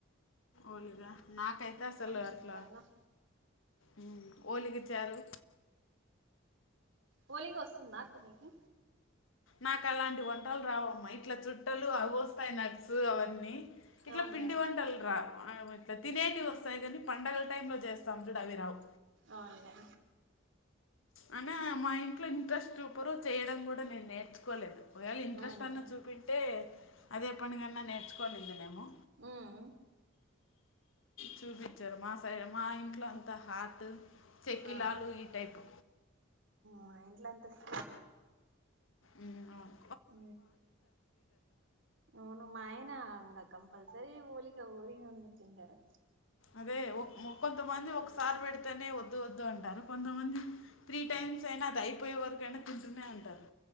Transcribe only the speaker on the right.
చిత్రాన్నం
వోలిగా వస్తుందా అక్క నికి
అవునులే
అవునులే
అవునులే
ఉమ్
ఆ
మా ఇంట్ల అంతా స్
హ అవును మాయనా హంగా కంపల్సరి హోలిగా ఊరి అన్బ తింటారు